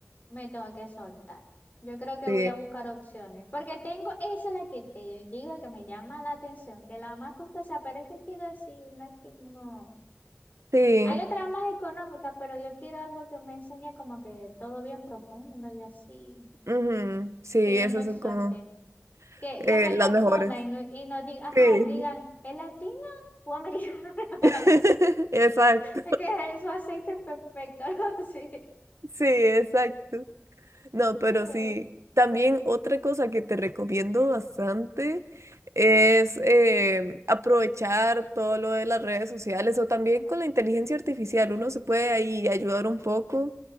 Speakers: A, on the left (about 35°); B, on the right (about 90°).
A: me tengo que soltar. Yo creo que
B: sí,
A: voy a buscar opciones. Porque tengo, esa es la que te digo que me llama la atención, que la más costosa, pero es que quiero decir una que no.
B: sí.
A: Hay otra más económica, pero yo quiero algo que me enseñe como que todo bien profundo y así.
B: ujú, Sí,
A: que yo
B: esas
A: me
B: son
A: suelte,
B: como
A: que,
B: eh,
A: que me
B: las
A: confundan
B: mejores.
A: y no, y no digan,
B: Sí,
A: ajá, digan, ¿es latina o americana? <laughs>
B: <laughs> exacto.
A: Es que eso aceite es perfecto, <laughs> algo así.
B: Sí, exacto. No, pero
A: Eh,
B: sí. También otra cosa que te recomiendo bastante es em, aprovechar todo lo de las redes sociales o también con la inteligencia artificial. Uno se puede ahí ayudar un poco.